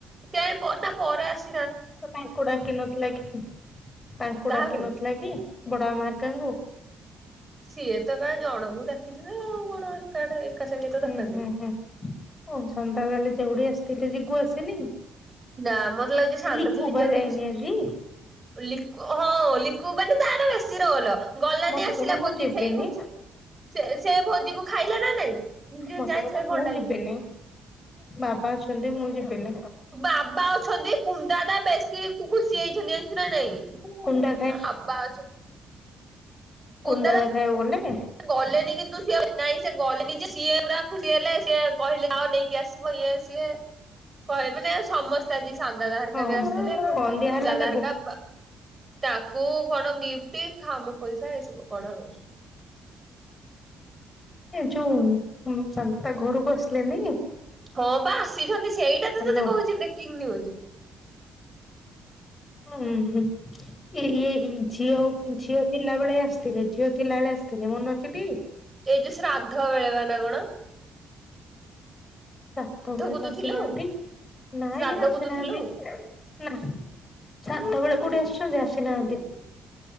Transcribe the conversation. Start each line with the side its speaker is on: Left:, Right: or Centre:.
Right: କେଆଣି ପ ତା ପରେ ଆସି
Left: ତାଙ୍କୁ ଡାକି ନଥିଲା କି, ତାଙ୍କୁ
Right: କାହାକୁ
Left: ଡାକି ନଥିଲା କି? ବଡ ଆମା ହରିକାଙ୍କୁ।
Right: ସିଏ ତ କାଇଁ ଜଣଙ୍କୁ ଡାକିିଥିବେ ଆଉ କଣ ଏକା ସାଙ୍ଗେ ତ
Left: ହୁଁ
Right: ଡାକନ୍ତି।
Left: ହୁଁ ହୁଁ ଓ ସନ୍ତାକାଲି ଚିଙ୍ଗୁଡି ଆସି ତିଲି ଯିଗୁ ଆସିନି।
Right: ନା ମତେ ଲାଗୁଛି ଶାନ୍ତ
Left: ଲିକୁ
Right: ନିଜ
Left: ବା
Right: ଆଡ
Left: ଯାଇନି
Right: ବସି,
Left: ଆଜି
Right: ଲିଖୁ ହଉ ଲିକୁ ମାନେ ତାର ବେସି ରୋଲ ଗଲାନି
Left: ମତେ
Right: ଆସିଲା
Left: କହିଲା ମୁଁ
Right: ଭୋଜି
Left: ଯିବିନି
Right: ସେଇ ସେ ସେ ଭୋଜି କୁ ଖାଇଲା ନା ନାଇଁ ଯଉ
Left: ମତେ
Right: ଯାଇଥିଲା
Left: କହିଲା ମୁଁ
Right: କଣ
Left: ଯିବିନି
Right: ପାଇଁ
Left: ବାବା ଅଛନ୍ତି ମୁଁ ଯିବିନି
Right: ବାବା ଅଛନ୍ତି ପୁଣ୍ଡା ଟା ବେଶୀ ସିଏ ଖୁସି ହେଇଛନ୍ତି ନା ନାଇଁ ହାଁ
Left: କୁନ୍ଦା
Right: ବାବା ଅଛନ୍ତି କୁନ୍ଦା
Left: କୁନ୍ ଦାଦା
Right: ଦା
Left: ଖାଇଆକୁ ଗଲେ।
Right: ଗଲେନି କିନ୍ତୁ ସିଏ ନାଇଁ ସେ ଗଲେ ସିଏ ପୁରା ଖୁସି ହେଲେ ସିଏ କହିଲେ ଆଉ ନେଇକି ଆସିବ ଇଏ ସିଏ କହିବେ ମାନ ସମସ୍ତେ ଆଜି ସାନ ଦାଦା ଅରିକା
Left: ହଁ
Right: ବି ଆସିଥିଲେ, କୁନ୍
Left: କଣ ଦିଆ ହେଲା
Right: ଦାଦା
Left: ତାକୁ?
Right: ଆରିକ ତାଙ୍କୁ କଣ ଗିଫ୍ଟ ଖ୍ୟାମ ପଇସା ଏଇସବୁ କଣ
Left: ଯୋଉନ୍ ସନଦାଦା ତା ଘରକୁ ଆସିଲେନି
Right: ହଁ ବା ଆସିଛନ୍ତି ସେଇଟା
Left: ହ୍ୟାଲୋ।
Right: ତ ତତେ କହୁଛି ବ୍ରେକିଂ ନ୍ୟିଉଜ୍।
Left: ହୁଁ ହଁ ହୁଁ, ଏ ଇ ଝିଅ ଝିଅ ଥିଲା ବେଳେ ଆସିଥିଲେ ଝିଅ ଥିଲା ବେଳେ ଆସିଥିଲେ ମନେ ଅଛି ଟି
Right: ଏଇ ଯୋଉ ଶ୍ରାଦ୍ଧ ବେଳେ ବା ନା କଣ?
Left: ଶ୍ରାଦ୍ଧ ବଳେ
Right: କୁ
Left: ତ
Right: ତୁ
Left: ଆସିନାହାନ୍ତି
Right: ଥିଲୁ
Left: ନାଇଁ
Right: ଶ୍ରାଦ୍ଧ
Left: ବେ ଆସିନାହାନ୍ତି
Right: କୁ ତୁ ଥିଲୁ
Left: ନା ଶ୍ରାଦ୍ଧବେଳେ କୋଉଠି ଆସିୁଛନ୍ତି ଆସିନାହାନ୍ତି